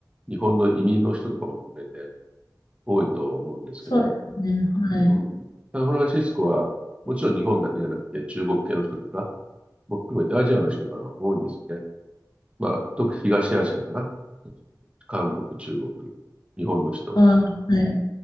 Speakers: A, on the right; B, on the left.
A: 日本の移民の人とかも含めて多いと思うんですけど、
B: そうですね。はい。
A: うん。サンフランシスコはもちろん日本だけじゃなくて中国系の人とか、も含めてアジアの人が多いんですよね。まあ、特に東アジアかな。韓国、中国、日本の人
B: あ、はい。